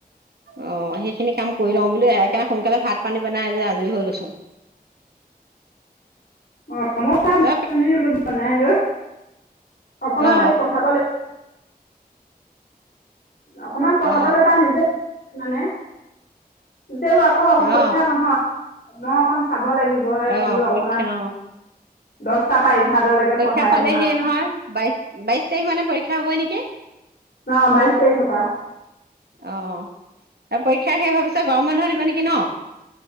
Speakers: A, on the right (about 80°); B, on the left (about 75°).
A: অ সেইখিনি কাম কৰি লওঁ বুলি <unintelligible> সেইকাৰণে সোনকালে ভাত পানী বনাই যে আজৰি হৈ লৈছো
B: অ মই <unintelligible> ভাত
A: অ
B: পানী বনাই লৈ অকমান
A: অ
B: তাইক পঢ়াব লাগি- অকমান পঢ়াবলৈ
A: অ
B: তাই নিজে মানে তেও আকৌ <unintelligible>
A: অ
B: পৰীক্ষা নহয় <unintelligible> চাব লাগিব হে
A: অ
B: বোলো অকমান
A: পৰীক্ষা অ
B: দহটা পা <unintelligible> <unintelligible> লৈকে
A: পৰীক্ষা
B: পঢ়াই
A: পালেহিয়ে
B: দিম আৰু
A: নহয় বাইশ বাইশ তাৰিখ মানে পৰীক্ষা হবই নেকি
B: ন বাইশ তাৰিখ পৰা
A: অ তাৰ পৰীক্ষা শেষ হোৱাৰ পিছত গৰম বন্ধ দিব নেকি ন